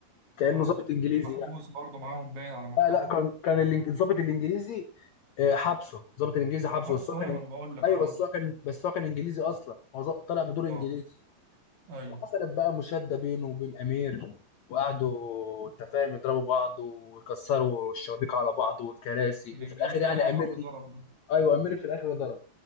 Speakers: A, on the left; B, on the right.
A: كأنه
B: اه
A: ضابط انجليزي
B: كان محبوس
A: يعني
B: برضه معاهم باين على ما افتكر
A: لا لا كان كان الإنج- الضابط الانجليزي آه، حبسه الضابط الانجليزي حبسه
B: حبس
A: بس هو
B: اهي
A: كان
B: ما انا
A: إنج-
B: بقول لك
A: ايوه
B: اهو
A: بس هو كان بس هو كان انجليزي اصلا هو ظ- طلع بدور انجليزي
B: اه ايوه
A: وحصلت بقى مشادة بينه وبين امير وقعدوا انت فاهم يضربوا بعض ويكسروا الشبابيك على بعض والكراسي
B: الانجليزي
A: وفي الاخر يعني
B: طبعا
A: امير
B: هو اللي ضرب ده
A: ايوه امير في الاخر ضرب